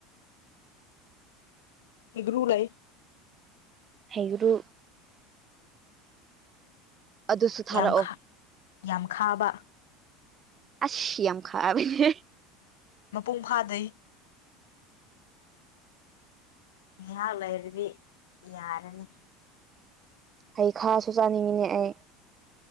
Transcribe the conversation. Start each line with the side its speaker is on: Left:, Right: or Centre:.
Left: ꯍꯩꯒ꯭ꯔꯨ ꯂꯩ
Right: ꯍꯩꯒ꯭ꯔꯨ ꯑꯗꯨꯁꯨ ꯊꯥꯔꯛꯑꯣ
Left: ꯌꯥꯝꯈꯥ ꯌꯥꯝ ꯈꯥꯕ
Right: ꯑꯁ ꯌꯥꯝ ꯈꯥꯕꯅꯦ
Left: ꯃꯄꯨꯡ ꯐꯥꯗ꯭ꯔꯤ ꯉꯍꯥꯛ ꯂꯩꯔꯗꯤ ꯌꯥꯔꯅꯤ
Right: ꯍꯩ ꯈꯥꯁꯨ ꯆꯥꯅꯤꯡꯉꯤꯅꯦ ꯑꯩ